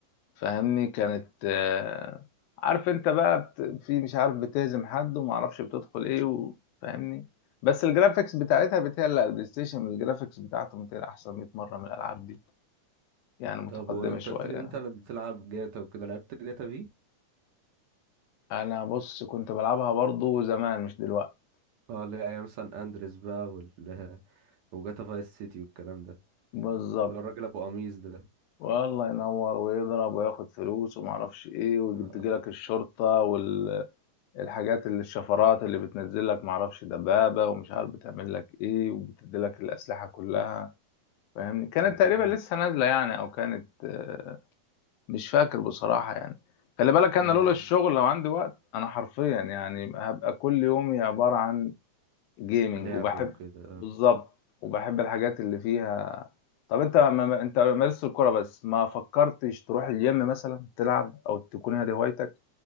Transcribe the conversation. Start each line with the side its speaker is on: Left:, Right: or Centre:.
Left: فاهمني كانت آه، عارف انت بقى بت... في مش عارف بتهزم حد وما اعرفش بتدخل ايه و... فاهمني بس الجرافيكس بتاعتها بتهيألي لا، البلاي ستيشن الجرافيكس بتاعته بتهيألي احسن 100 مرة من الالعاب دي يعني متقدمة
Right: طب وانت
Left: شوية
Right: قلت لي إن انت اللي بتلعب جاتا وكده لعبت جاتا في
Left: انا بص كنت بلعبها برضو زمان مش دلوقتي
Right: اه اللي هي ايام سان اندريس بقى وال <laughs> وجاتا فايس سيتي والكلام ده
Left: بالظبط
Right: اللي هو الراجل ابو قميص ده
Left: والله ينور ويضرب وياخد فلوس وما اعرفش ايه وتجيلك
Right: اه
Left: الشرطه والحاجات اللي الشفرات اللي بتنزل لك ما اعرفش دبابه ومش عارف بتعمل لك ايه وبتدي لك الاسلحه كلها فاهمني كانت
Right: آه،
Left: تقريبا
Right: لا
Left: لسه نازله يعني او كانت آه، مش فاكر بصراحه يعني خلي بالك انا
Right: آه،
Left: لولا الشغل لو عندي وقت انا حرفيا يعني هبقى كل يومي عباره عن جيمنج
Right: لعبه
Left: وبحب
Right: وكده
Left: بالظبط وبحب الحاجات اللي فيها طب انت ما ما- انت مارست الكرة بس ما فكرتش تروح الجيم مثلا تلعب او تكون هذه هوايتك